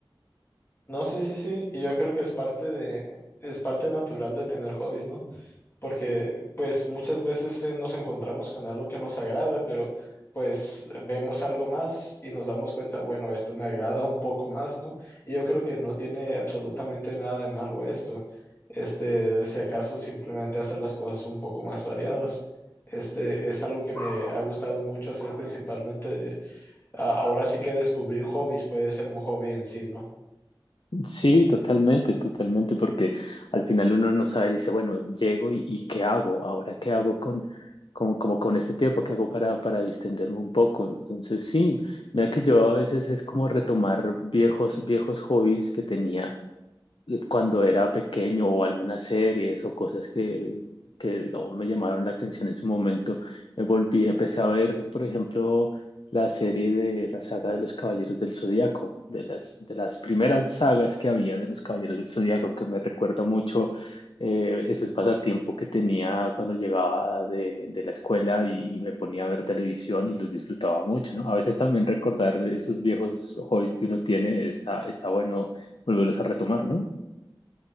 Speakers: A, on the left (about 25°); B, on the left (about 70°).
A: No, sí, sí, sí. Y yo creo que es parte de, es parte natural de tener hobbies, ¿no? porque pues muchas veces eh, nos encontramos con algo que nos agrada, pero pues vemos algo más y nos damos cuenta, bueno, esto me agrada un poco más, ¿no? Y yo creo que no tiene absolutamente nada de malo esto. Este, si acaso simplemente hacer las cosas un poco más variadas. Este es algo que me ha gustado mucho hacer principalmente. ah, Ahora sí que descubrir hobbies puede ser un hobby en sí, ¿no?
B: Sí, totalmente, totalmente, porque al final uno no sabe, dice, bueno, llego y, y ¿qué hago? Ahora, ¿qué hago con, como, como con este tiempo? ¿Qué hago para, para distenderme un poco? Entonces, sí, mira que yo a veces es como retomar viejos, viejos hobbies que tenía cuando era pequeño o algunas series o cosas que, que digamos me llamaron la atención en su momento, me volví, empecé a ver, por ejemplo, la serie de la saga de los Caballeros del Zodíaco, de las, de las primeras sagas que había de los Caballeros del Zodíaco, que me recuerda mucho eh, esos pasatiempos que tenía cuando llegaba de, de la escuela y, y me ponía a ver televisión y los disfrutaba mucho, ¿no? A veces también recordar esos viejos hobbies que uno tiene está, está bueno volverlos a retomar, ¿no?